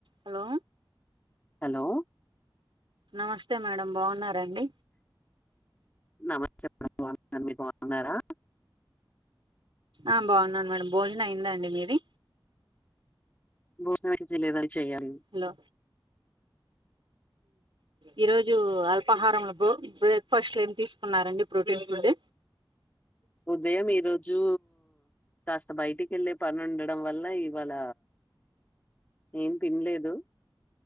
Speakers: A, on the right (about 80°); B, on the left (about 20°).
A: Hello
B: hello
A: నమస్తే madam బావున్నారా అండి
B: నమస్తే చెప్పమ్మా మమ్మి బావున్నారా
A: ఆ బాగున్నాను మేడమ్ భోజనం అయిందండి మీది.
B: భోజనం ఏమి చెయ్యలేదండి చేయాలి
A: హలో ఈరోజు అల్పాహారంలో బ్రేక్ఫాస్ట్ ఏమి తీసుకున్నారండి. ప్రోటీన్ ఫుడ్
B: ఉదయం ఈరోజు కాస్త బయటికి వెళ్లే పనిండడం వల్ల ఇవాళ ఏం తినలేదు.